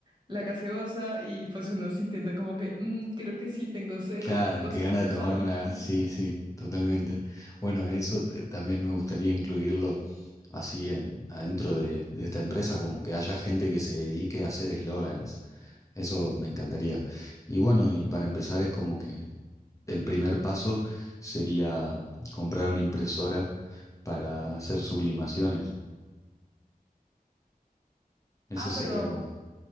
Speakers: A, on the right; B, on the left.
A: la gaseosa y pues uno sintiendo como que "Mm, creo que sí tengo sed
B: Claro,
A: y pasando
B: qué gana de tomarme
A: saliva.
B: una... gas- Sí, sí, totalmente. Bueno, eso t- también me gustaría incluirlo así en, adentro de, de esta empresa, como que haya gente que se dedique a hacer eslogans. Eso me encantaría. Y bueno, y para empezar es como que el primer paso sería comprar una impresora para hacer sublimaciones. Ese
A: Ah,
B: sería
A: pero
B: como...